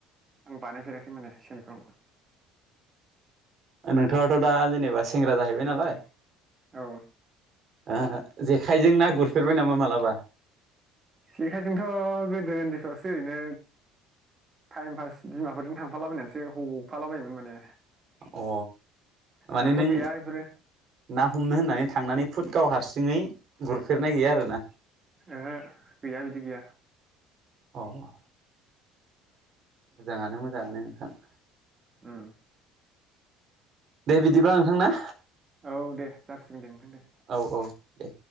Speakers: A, on the right (about 25°); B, on the right (about 45°).
A: आं बानायफेराखै माने सेनखौ
B: नोंथाङाथ' दा जेनेबा सेंग्रा जाहैबाय नालाय,
A: औ
B: ओ ओहो जेखायजों ना गुर फेरबाय नामा मालाबा?
A: जेखायजोंथ' गोदो उन्दैफ्रावसो ओरैनो टाइम पास बिमाफोरजों थांफालाबायनानैसो हफाला बायोमोन माने,
B: अ माने
A: दाथ'
B: नों
A: गैया बेफोरो
B: ना हमनो होननानै थांनानै खुद, गाव हारसिङै गुरफेरनाय गैया आरोना,
A: ओहो गैया बिदि गैया,
B: अ अ मोजाङानो मोजाङानो नोंथां,
A: ओ
B: दे बिदिबा नोंथां ना,
A: औ दे जासिगोन दे नोंथां दे
B: औ औ दे